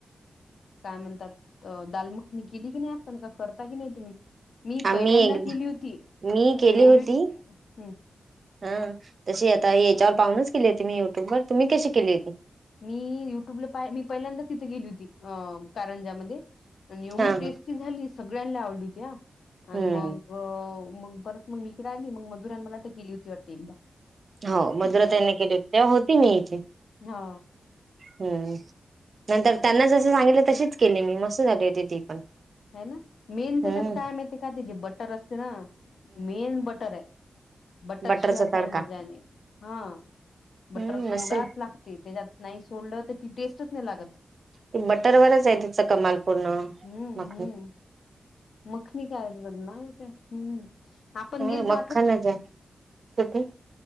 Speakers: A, on the left; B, on the right.
A: काय म्हणतात. तर दालमखनी केली की नाही आता का करता की नाही तुम्ही? मी पहिल्यांदा
B: आम्ही एकदा
A: केली होती
B: मी
A: तर
B: केली
A: एवढी
B: होती
A: हम्म
B: हा तशी आता याच्यावर पाहुूनच केली होती मी युट्युब वर तुम्ही कशी केली होती.
A: मी युट्यूबला पा मी पहिल्यांदाच तिथे गेली होती कारंजामध्येध्ये एवढी
B: हा
A: टेस्ट
B: हा
A: झाली सगळ्यांना आवडली आणि
B: हम्म
A: मग मग पर मग इकडे आली मग मधुराने मला दिली होती वाटतं एकदा
B: हो
A: खूप
B: मधुरा ताईनी केली होती तेव्हा होती मी
A: हा.
B: हम्म नंतर त्यांना जस सांगितलं तशीच केली मी मस्त झाली ती पण
A: ह ना मेन त्याच्यात
B: हम्म
A: काय माहिती आहे का त्याची बटर असते ना मेन बटर आहे. बटर
B: बटरचा
A: शिवाय काही
B: तडका
A: मजा नाही हां. बटर
B: हम्म
A: सोडाच
B: मसल
A: लागते त्याच्यात नाही सोडलं तर ती टेस्टच नाही लागत.
B: ते बटरवरच आहे तिच कमाल पूर्ण
A: हम्म
B: मग
A: हम्म मखनी काय बनावते हम्म. आपण
B: हा
A: गेलतो
B: मखनच आहे किती?